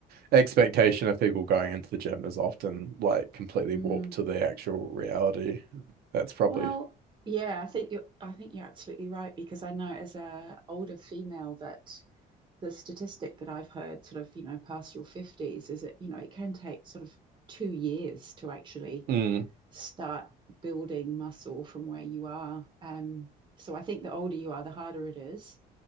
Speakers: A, on the right; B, on the right.
A: expectation of people going into the gym is often like completely
B: Mm.
A: warped to the actual reality. That's probably,
B: Well, yeah, I think you're I think you're absolutely right because I know as a older female that the statistic that I've heard sort of, you know, past your 50s is that, you know, it can take sort of two years to actually
A: mm,
B: start building muscle from where you are. Um, so I think the older you are, the harder it is.